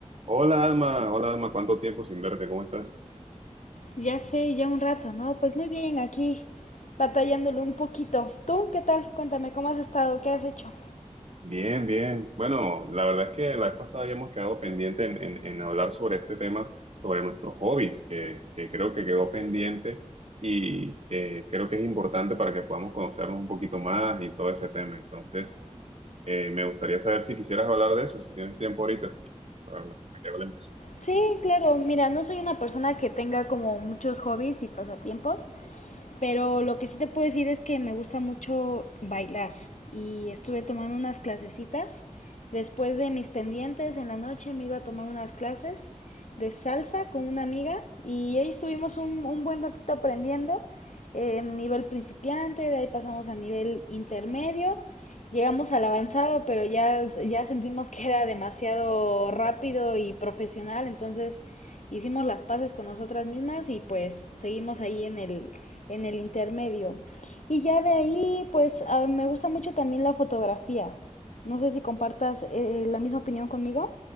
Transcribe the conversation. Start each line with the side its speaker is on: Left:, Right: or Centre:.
Right: Hola Alma, hola Alma, ¿cuánto tiempo sin verte? ¿Cómo estás?
Left: Ya sé, ya un rato, ¿no? Pues muy bien, aquí batallándolo un poquito. ¿Tú qué tal? Cuéntame, ¿cómo has estado? ¿Qué has hecho?
Right: Bien, bien. Bueno, la verdad es que la vez pasada habíamos quedado pendiente en, en- en hablar sobre este tema, sobre nuestros hobbies, que, que creo que quedó pendiente y que creo que es importante para que podamos conocernos un poquito más y todo ese tema. Entonces, eh, me gustaría saber si quisieras hablar de eso, si tienes tiempo ahorita para, hablar- para que hablemos.
Left: Sí, claro, mira, no soy una persona que tenga como muchos hobbies y pasatiempos, Pero lo que sí te puedo decir es que me gusta mucho bailar y estuve tomando unas clasecitas. Después de mis pendientes en la noche me iba a tomar unas clases de salsa con una amiga y ahí estuvimos un, un buen ratito aprendiendo eh, en nivel principiante, de ahí pasamos a nivel intermedio Llegamos al avanzado, pero ya, ya sentimos que era demasiado rápido y profesional, entonces hicimos las paces con nosotras mismas y pues seguimos ahí en el, en el intermedio. Y ya de ahí, pues a- me gusta mucho también la fotografía. No sé si compartas eh, la misma opinión conmigo,